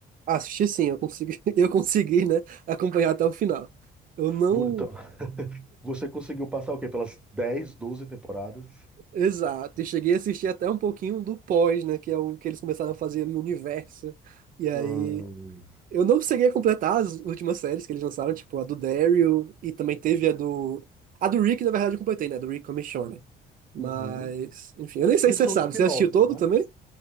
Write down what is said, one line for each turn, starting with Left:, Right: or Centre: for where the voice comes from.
Right: Assisti sim, eu consegui, <laughs> eu consegui, né? Acompanhar até o final. Eu não.
Centre: Vo- Então, <laughs> você conseguiu passar o quê? Pelas 10, 12 temporadas?
Right: Exato, e cheguei a assistir até um pouquinho do pós, né, que é o que eles começaram a fazer no universo. E aí,
Centre: Hum,
Right: eu não cheguei a completar as últimas séries que eles lançaram, tipo a do Daryl e também teve a do a do Rick, na verdade eu completei, né, do Rick Commissione. Mas,
Centre: uhum.
Right: enfim, eu nem sei
Centre: Eles
Right: se você
Centre: são
Right: sabe,
Centre: spin-off,
Right: você assistiu todo
Centre: né?
Right: também?